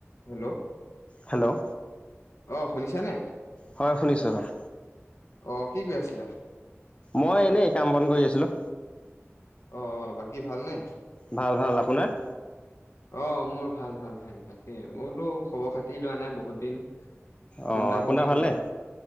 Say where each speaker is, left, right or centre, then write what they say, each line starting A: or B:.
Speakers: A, on the left; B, on the left.
A: হেল্ল'
B: হেল্ল'
A: অ' শুনিছে নে?
B: হয় শুনিছোঁ হয়।
A: অ' কি কৰি আছিলা?
B: মই এনেই কাম বন কৰি আছিলোঁ।
A: অ' বাকী ভালনে?
B: ভাল ভাল, আপোনাৰ?
A: অঊ মোৰ ভাল ভাল ভাল, তাকে মই বোলো খবৰ খাতি লোৱা নাই বহুত দিন।
B: অঁ
A: ফোন এটা
B: আপোনাৰ
A: কৰোচোন
B: ভালনে
A: আজি